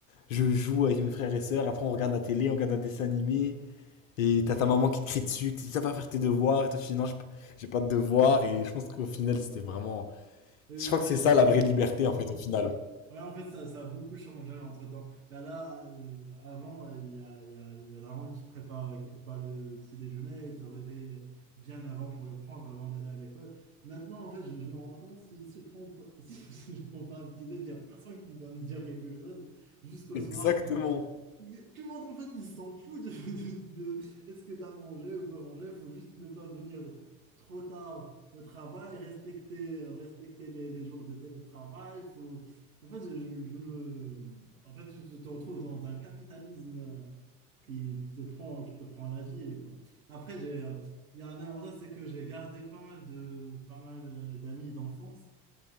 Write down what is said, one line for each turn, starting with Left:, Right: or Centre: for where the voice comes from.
Left: Je joue avec mes frères et sœurs, après on regarde la télé, on regarde un dessin animé, et t'as
Right: Mais
Left: ta maman qui te crie dessus, qui te dit ça va faire tes devoirs, et toi tu dis non, j'ai p- j'ai pas de devoirs, et je pense qu'au final c'était vraiment.
Right: oui,
Left: Je
Right: oui,
Left: crois
Right: en
Left: que
Right: fait,
Left: c'est ça
Right: ça.
Left: la vraie liberté en fait, au final.
Right: Ouais, en fait, ça, ça a beaucoup changé entre-temps. Là, là, euh, avant, euh, il y a, il y a la daronne qui prépare, qui prépare le, le petit déjeuner, et te réveille euh, bien avant pour le prendre, avant d'aller à l'école. Maintenant, en fait, je, je me rends compte, si, si je prends, pas- <laughs> si, je prends pas un petit déj, il n'y a personne qui va me dire quelque chose jusqu'au
Left: Exactement.
Right: soir. bah, y Tout le monde, en fait, il s'en fout de, de- de- est-ce que tu as mangé ou pas mangé. Il faut juste ne pas venir trop tard au travail, respecter, euh, respecter les, les jours de télétravail. Faut... En fait, je, je- je me... en fait, tu tu te retrouves dans un capitalisme euh, qui, qui te prend, qui te prend la vie. et Quoi. Après, j'ai, euh, il y a un avantage, c'est que j'ai gardé pas mal de, pas mal euh, d'amis d'enfance.